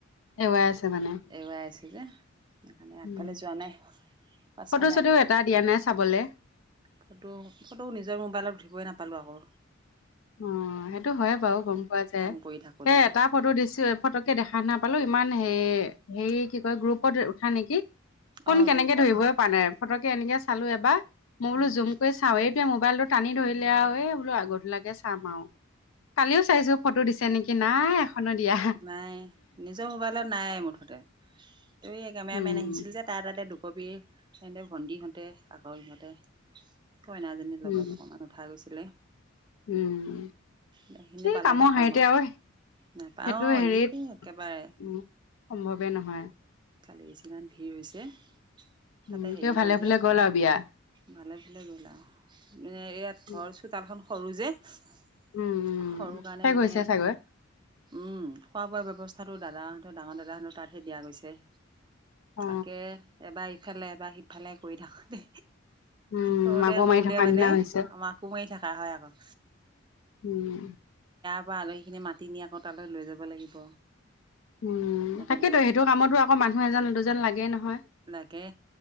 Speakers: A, on the left; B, on the right.
A: এৱাই আছে মানে
B: এৰুৱাই আছে যে সেইকাৰণে আগফালে
A: উম
B: যোৱা নাই পাছফালে
A: ফটো চটোও
B: আহিছোঁ
A: এটা দিয়া নাই চাবলে।
B: ফটো ফটো নিজৰ মোবাইলত উঠিবই নাপালোঁ আকৌ
A: অ সেইটো হয় বাৰু গম পোৱা যায়
B: কাম কৰি থাকোঁতে
A: এ এটা ফটো দিছো এই ফটোকে দেখা নাপালো। ইমান হে- হেৰি কি কয়, গ্ৰুপত উঠা নেকি? কোন
B: অঁ
A: কেনেকে
B: গ্ৰুপত
A: ধৰিবই পাৱা যায়। ফটককে এনেকে চালোঁ এবাৰ। মই বোলো
B: উম
A: জুম কৰি চাওঁ। এইটোয়ে ম মোবাইলটো টানি ধৰিলে আও। এই বোলো আগৰ তোলাকে চাম আও। কালিও চাইছোঁ ফটো দিছে নে কি নাই এখনো দিয়া
B: নাই, নিজৰ মোবাইলত নাই মুঠতে। এই কেমেৰামেন
A: উম
B: আহিছিল যে, তাৰ তাতে দুখ কবি, সেন্তে ভণ্টিহঁতে আকৌ ইহঁতে কইনাজনীৰ লগত
A: উম
B: অকমান উঠা গৈছিলে।
A: উম,
B: সেইখিনি
A: এই
B: পালেহে
A: কামৰ
B: পাম
A: হাৰিতে আৰু সেইটো
B: নাপাওঁ অঁ
A: হেৰিত-
B: এই
A: উম,
B: একেবাৰে
A: সম্ভৱে নহয়।
B: কালি যিমান ভিৰ হৈছে তাতে
A: উম,
B: হেৰি
A: তেওঁ ভালে
B: হ'ল
A: - ভালে
B: যে
A: গ'ল আৰু বিয়া।
B: ভালে - ভালে গ'ল আৰু। এ- ইয়াত
A: উম
B: ঘৰ চোতালখন সৰু যে সৰু
A: উম
B: কাৰণে
A: শেষ
B: মানে
A: হৈছে
B: উম
A: চাগৈ
B: খোৱা বোৱাৰ ব্যৱস্থাটো দাদা ডাঙৰ দাদাহেনো তাতহে দিয়া গৈছে।
A: অ
B: তাকে এবাৰ ইফালে এবাৰ সিফালে কৰি থাকো দে
A: উম
B: কওঁতে
A: আকৌ
B: কওঁতে
A: মাৰি থকা
B: মানে
A: নিচিনা হৈছে
B: মাকো মাৰি থকা হয় আকৌ
A: উম।
B: তাৰ পৰা আলহী খিনি মাতি নি আকৌ তালৈ লৈ যাব লাগিব।
A: উম
B: তেনেকে
A: তাকেতো সেইটো কামতো আকৌ মানুহ এজন দুজন লাগেই নহয়।
B: লাগে